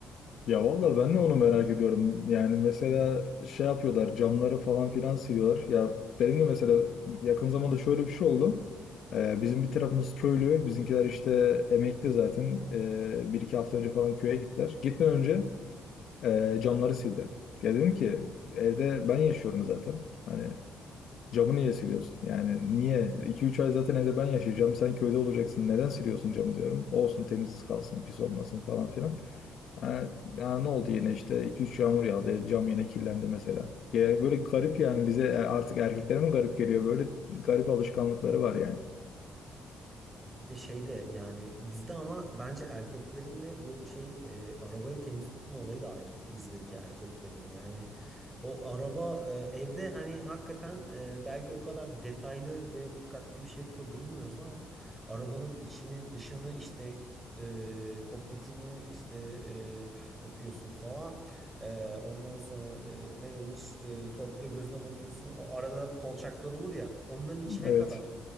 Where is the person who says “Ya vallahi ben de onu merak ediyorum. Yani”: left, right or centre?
Left